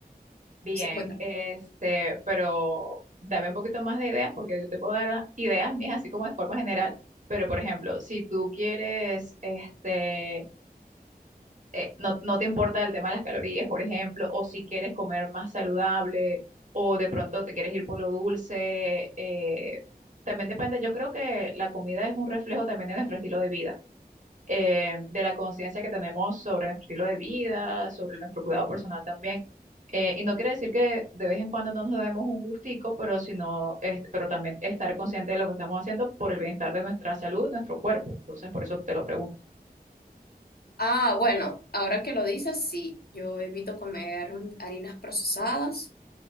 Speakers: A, on the right (about 50°); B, on the left (about 70°).
A: Bien,
B: sé, cuéntame.
A: este, pero dame un poquito más de ideas porque yo te puedo dar ideas mías así como de forma general, pero por ejemplo, si tú quieres, este, eh, no, no te importa el tema de las calorías, por ejemplo, o si quieres comer más saludable, o de pronto te quieres ir por lo dulce. eh, también depende, yo creo que la comida es un reflejo también de nuestro estilo de vida, eh, de la conciencia que tenemos sobre nuestro estilo de vida, sobre nuestro cuidado personal también. Eh, y no quiere decir que de vez en cuando no nos demos un gustico, pero sino, es- pero también estar consciente de lo que estamos haciendo por el bienestar de nuestra salud, nuestro cuerpo. Entonces, por eso te lo pregunto.
B: Ah, bueno, ahora que lo dices, sí, yo evito comer harinas procesadas.